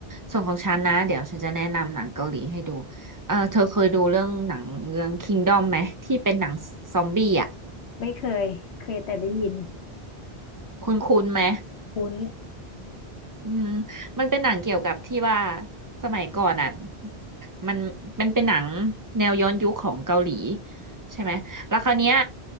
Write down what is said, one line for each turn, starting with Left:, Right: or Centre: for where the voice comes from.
Right: ส่วนของฉันนะเดี๋ยวฉันจะแนะนำหนังเกาหลีให้ดูเออเธอเคยดูเรื่องหนังเรื่อง Kingdom ไหมที่เป็นหนังซอมบี้อ่ะ
Left: ไม่เคย เคยแต่ได้ยิน
Right: คุ้นๆไหม
Left: คุ้น
Right: อืมมันเป็นหนังเกี่ยวกับที่ว่าสมัยก่อนอ่ะมันมันเป็นหนังแนวย้อนยุคของเกาหลีใช่ไหมแล้วคราวเนี้ย